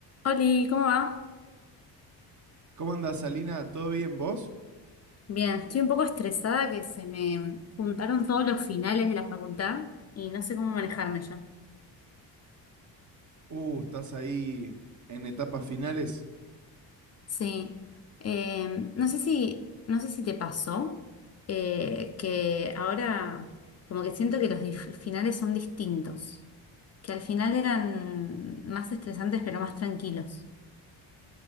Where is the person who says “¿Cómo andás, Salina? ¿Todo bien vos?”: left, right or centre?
Right